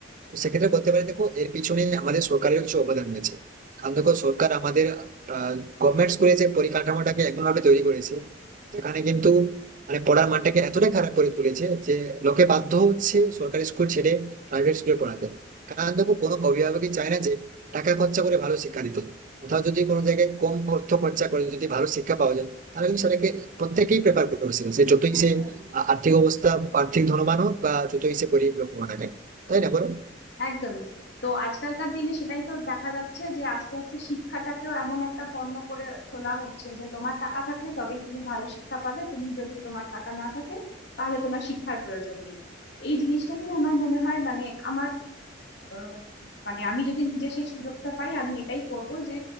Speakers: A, on the right; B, on the left.
A: তো সেক্ষেত্রে বলতে পারি দেখো এর পিছনে আমাদের সরকারের কিছু অবদান রয়েছে কারণ দেখো সরকার আমাদের গভর্নমেন্ট স্কুলে যে পরিকাঠামোটাকে এমন ভাবে তৈরি করেছে যেখানে কিন্তু মানে পড়ার মানটাকে এতটাই খারাপ করে তুলেছে যে লোকে বাধ্য হচ্ছে সরকারি স্কুল ছেড়ে প্রাইভেট স্কুলে পড়াতে কারণ দেখো কোনো অভিভাবকই চায় না যে টাকা খরচা করে ভালো শিক্ষা দিতে কোথাও যদি কোনো জায়গায় কম অর্থ খরচা করে যদি ভালো শিক্ষা পাওয়া যায় তাহলে কিন্তু সেটাকে প্রত্যেকেই প্রেফার করে বসে সে যতই
B: একদম
A: সে আ- আর্থিক অবস্থা আর্থিক ধনবান হোক বা যতই সে গরিব লোক হোক না কেন তাই না বলো
B: একদমই তো আজকালকার দিনে সেটাই তো দেখা যাচ্ছে যে আস্তে আস্তে শিক্ষাটাকেও এমন একটা পণ্য করে তোলা হচ্ছে যে তোমার টাকা থাকলে তবেই তুমি ভালো শিক্ষা পাবে তুমি যদি তোমার টাকা না থাকে তাহলে তোমার শিক্ষার প্রয়োজন নেই এই জিনিসটাকে আমার মনে হয় মানে আমার আহ, মানে আমি যদি নিজে সেই সুযোগটা পাই আমি এটাই করব যে